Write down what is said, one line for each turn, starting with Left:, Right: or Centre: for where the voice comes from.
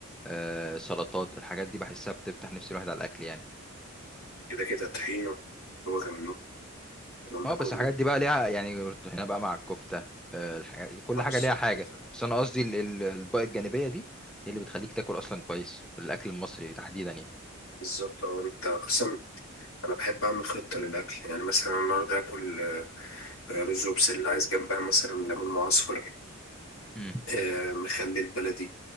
Centre: آه سلطات الحاجات دي بحسها بتفتح نفس الواحد على الاكل يعني
Left: كده كده طحينه هو كان الكلام
Centre: اه
Left: ده
Centre: بس
Left: كله
Centre: الحاجات دي بقى ليها يعني هنا بقى مع الكفتة آه، الحاجات كل
Left: آه،
Centre: حاجة
Left: بالظبط
Centre: ليها حاجة
Left: انت
Centre: بس أنا قصدي ال- ال- الأطباق الجانبية دي هي اللي بتخليك تاكل أصلا كويس في الأكل المصري تحديدا يعني
Left: بالظبط اه انت اصلا انا بحب اعمل خطه للاكل يعني مثلا النهارده اكل آه، رز وبسله عايز جنبها مثلا ليمون معصفر
Centre: مم.
Left: آه، مخلي البلدي